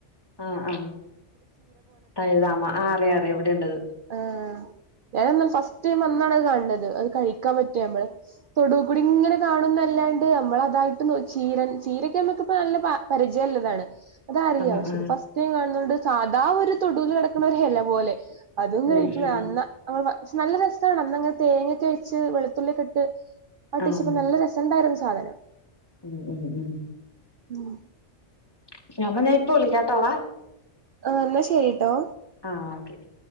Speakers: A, on the left; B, on the right.
A: ആഹ് ആ ഹ് തഴുതാമ അറിയാ അറിയാ ഇവിടെ ണ്ട് അത്
B: ആ ഞാനാ ഫസ്റ്റ് ടൈം അന്നാണ് അത് കാണുന്നത് അത് കഴിക്കാൻ പറ്റിയ മ്മള് തൊടൂ കുടി ഇങ്ങനെ കാണുന്നതല്ലാതെ നമ്മളതായിട്ട് ചീരൻ ചീരക്കെ നമ്മക്ക് നല്ല പരിചയം ഉള്ളതാണ് അതറിയാം
A: ആ
B: പക്ഷെ
A: ആ
B: ഇത് ഫസ്റ്റ് ടൈം കാണുന്നത് കൊണ്ട് സാധാ ഒരു തൊടുവിൽ കിടക്കിണ ഒരു എ ല പോലെ അതും കഴിക്ക്
A: ഉം ഉം
B: ന് അന്നാ നമ്മ പക്ഷെ നല്ല രസാ ണ് അന്നങ്ങനെ തേങ്ങൊക്കൈ ച്ച് വെളുത്തുള്ളി ഒക്കെ ഇട്ട് <unintelligible>
A: ആ ഉം
B: നല്ല രസം ണ്ടായിര് ന്നു സാധനം
A: <unintelligible>
B: <inaudible>
A: <unintelligible> ഇപ്പോ വിളിക്കാട്ടോ ഡാ.
B: ആ ന്നാ ശരിട്ടോ
A: ആഹ് ഓക്കേ ഡി